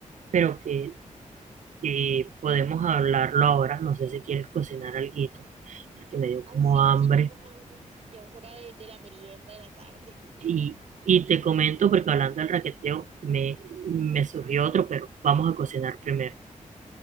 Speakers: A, on the right (about 70°); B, on the right (about 50°).
A: pero que eh, podemos hablarlo ahora. No sé si quieres cocinar alguito, porque me dio
B: Ay,
A: como
B: sí,
A: hambre.
B: cocinamos algo, ya es hora de, de la merienda de la tarde. <laughs>
A: Y, y te comento, porque hablando del raqueteo, me, me surgió otro, pero vamos a cocinar primero.